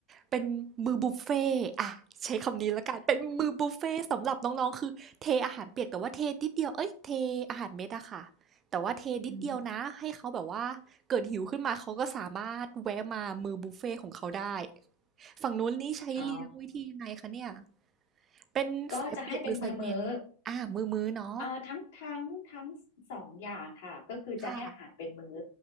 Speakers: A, on the right; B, on the left.
A: เป็นมื้อบุฟเฟ่ต์อ่ะใช้คำนี้แล้วกันเป็นมื้อบุฟเฟ่ต์สำหรับน้องๆคือเทอาหารเปียกแต่ว่าเทนิดเดียวเอ้ยเทอาหารเม็ดอะค่ะแต่ว่าเทนิดเดียวนะให้เขาแบบว่าเกิดหิวขึ้นมาเขาก็สามารถแวะมามื้อบุฟเฟ่ต์ของเขาได้
B: อืม
A: ฝั่งนู้นนี่ใช้เลี้ยงวิธียังไงคะเนี่ย
B: อ๋อ
A: เป็นสายเปียกหรือสายเม็ด
B: ก็จะให้เป็นมื้อมื้อ
A: อ่ามืือๆเนาะ
B: เอ่อทั้งทั้งทั้งสองอย่างค่ะก็คือจะให้อาหารเป็นมื้อ
A: ค่ะ